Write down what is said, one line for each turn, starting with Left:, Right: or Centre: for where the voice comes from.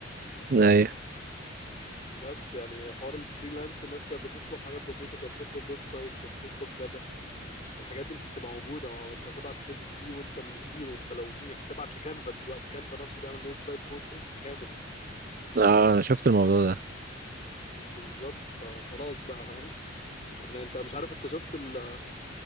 Right: ايوه
Left: بس يعني حوار الفريلانس الناس كانت بتطلب حاجات بسيطه كانت بتطلب ويب سايت كانت بتطلب كذا الحاجات دي مش هتبقى موجوده ما هو انت هتبعت لشات جي بي تي وانت من الزيرو انت لو ميح هتبعت لكانفا دلوقتي كانفا نفسه بيعمل ويب سايت فرونت اند كامل
Right: اه انا شفت الموضوع ده
Left: بالظبط فخلاص بقى فاهم يعني انت مش عارف انت شفت ال